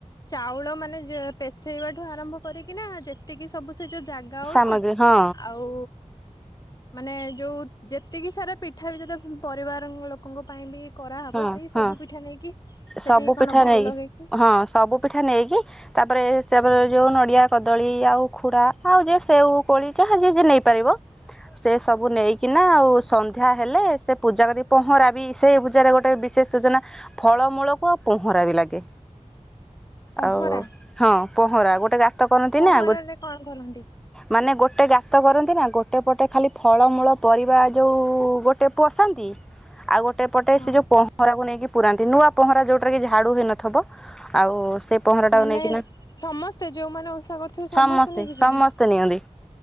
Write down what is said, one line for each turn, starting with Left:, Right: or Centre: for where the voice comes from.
Left: ଚାଉଳ ମାନେ ପେସେଇବାଠୁ ଆରମ୍ଭ କରିକି ନା ଯେତିକି ସବୁ ସେ ଯୋଉ ଜାଗା ଗୁଡା
Centre: ସାମଗ୍ରୀ ହଁ
Left: ଆଉ ମାନେ ଯୋଉ ଯେତିକି ସାରା ପିଠା ବି ଯେତେ ପରିବାର ଲୋକଙ୍କ ପାଇଁ ବି କରାହବ
Centre: ହଁ
Left: ସେଇ ସବୁ
Centre: ହଁ
Left: ପିଠା ନେଇକି ସେଠି
Centre: ସବୁ
Left: କଣ
Centre: ପିଠା
Left: ଭୋଗ
Centre: ନେଇ
Left: ଲଗେଇକି
Centre: ହଁ ସବୁ ପିଠା ନେଇକି ତାପରେ ହିସାବରେ ଯୋଉଁ ନଡିଆ କଦଳୀ ଆଉ ଉଖୁଡା ଆଉ ଯେ ସେଉ କୋଳି ଯାହା ଯିଏ ନେଇପାରିବ।
Left: ହ।
Centre: ସେ ସବୁ ନେଇକିନା ଆଉ ସନ୍ଧ୍ୟା ହେଲେ ସେ ପୂଜା କରି ପହଁରା ବି ସେ ପୂଜ ଗୋଟେ ବିଶେଷ ଯୋଜନା ଫଳମୂଳକୁ ଆଉ ପହଁରା ବି ଲାଗେ।
Left: ପହଁରା
Centre: ଆଉ ହଁ ପହଁରା ଗୋଟେ ଗା ତ କରନ୍ତି
Left: ପହଁରାରେ
Centre: ନା
Left: କଣ କରନ୍ତି?
Centre: ମାନେ ଗୋ ଗୋଟେ ଗାତ କରନ୍ତି ନା ଗୋଟେ ପଟେ ଖାଲି ଫଳମୂଳ ପରିବା ଯୋଉ ଗୋଟେ ପୋସନ୍ତି। ଆଉ ଗୋଟେ। ପଟେ
Left: ହଁ
Centre: ସେ ଯୋଉ ପହଁରାକୁ ନେଇକି ପୁରାନ୍ତି ନୂଆ ପହଁରା ଯୋଉଟା ରେ କି ଝାଡ଼ୁ ହେଇନଥିବ ଆଉ। ସେ ପହଁରା ଟାକୁ
Left: ମାନେ
Centre: ନେଇକିନା
Left: ସମସ୍ତେ ଯୋଉମାନେ ଓଷା କରୁଥିବେ
Centre: ସମସ୍ତେ
Left: ନେଇକି
Centre: ସମସ୍ତେ
Left: ଯିବେ
Centre: ନିଅନ୍ତି।